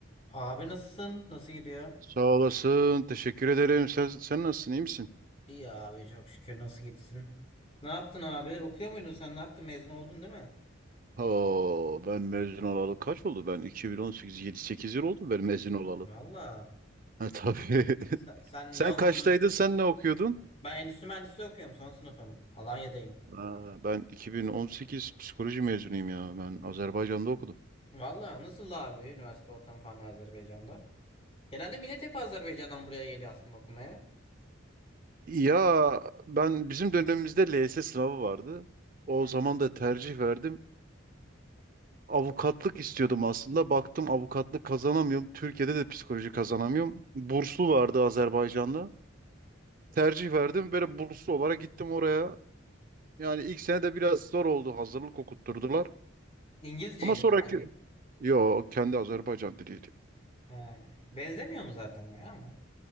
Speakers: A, on the left; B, on the right.
A: Abi nasılsın? Nasıl gidiyor?
B: Sağ olasın. Teşekkür ederim. Sen, sen nasılsın? iyi misin?
A: İyi abi çok şükür nasıl gitsin? Ne yaptın abi? Okuyor muydun sen? Ne yaptın? Mezun oldun değil mi?
B: Oo, ben mezun olalı kaç oldu? Ben 2018 7-8 yıl oldu ben mezun olalı.
A: Valla.
B: Ha, tabii. <laughs>
A: Sen, sen
B: Sen
A: ne okudun?
B: kaçtaydın? Sen ne okuyordun?
A: Ben endüstri mühendisliği okuyorum. Son sınıfım. Alanya'dayım.
B: Ha, ben 2018 psikoloji mezunuyum ya. Ben Azerbaycan'da okudum.
A: Valla nasıl abi üniversite ortamı falan Azerbaycan'da? Genelde millet hep Azerbaycan'dan buraya geliyor aslında okumaya.
B: Ya ben bizim dönemimizde LYS sınavı vardı. O
A: Hı hı.
B: zaman da tercih verdim. Avukatlık istiyordum aslında. Baktım avukatlık kazanamıyorum. Türkiye'de de psikoloji kazanamıyorum. Burslu vardı Azerbaycan'da. tercih verdim. Böyle burslu olarak gittim oraya. Yani ilk sene de biraz zor oldu. Hazırlık okutturdular.
A: İngilizceydi
B: Ama
A: değil
B: sonraki...
A: mi?
B: Yo kendi Azerbaycan diliydi.
A: He. Benzemiyor mu zaten ya ama?